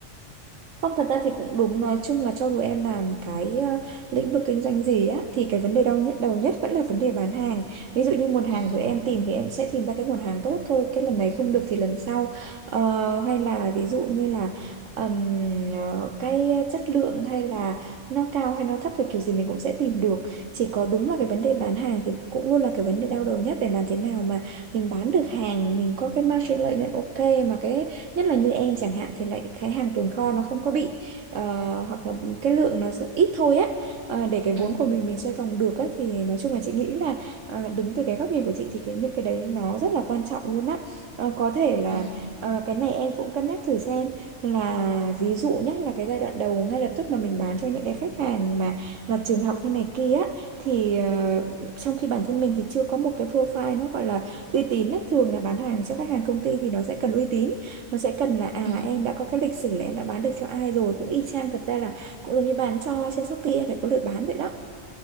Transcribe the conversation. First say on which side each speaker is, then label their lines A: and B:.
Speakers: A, on the right (about 85°); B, on the right (about 55°).
A: Không, thật ra thì cũng đúng nói chung là cho dù em làm cái ờ, lĩnh vực kinh doanh gì á thì cái vấn đề đau nhất đầu nhất vẫn là vấn đề bán hàng ví dụ như nguồn hàng
B: ừ
A: rồi em tìm thì em sẽ tìm ra cái nguồn hàng tốt thôi cái lần này không được thì lần sau Ờ, hay là ví dụ như là ừm, ờ, cái chất lượng hay là nó cao hay nó thấp thì kiểu gì mình cũng sẽ tìm được chỉ có đúng là cái vấn đề bán hàng thì cũng luôn là cái vấn đề đau đầu nhất để làm thế nào mà mình bán được hàng mình có cái margin lợi nhuận ok mà cái nhất là như em chẳng hạn thì lại cái hàng tồn kho nó không có bị ờ, hoặc là cái lượng nó sẽ ít thôi á Ờ, để cái
B: ừ
A: vốn của mình mình xoay vòng được á thì nói chung là chị nghĩ là ờ, đứng từ cái góc nhìn của chị thì cái những cái đấy nó rất là quan trọng luôn á Ờ, có thể là
B: ừ
A: ờ, cái này em cũng cân nhắc thử xem là ví dụ nhất là cái giai đoạn đầu ngay lập tức mà mình bán cho những cái khách hàng mà là trường học hay này kia á, thì ờ, trong khi bản thân mình thì chưa có một cái profile nó gọi là uy tín á. thường là bán hàng cho khách hàng công ty thì nó sẽ cần uy tín nó sẽ cần là à
B: ừ
A: em đã có cái lịch sử là em đã bán được cho ai rồi cũng y chang thật ra là cũng giống như bán cho trên Shopee em phải có lượt bán vậy đó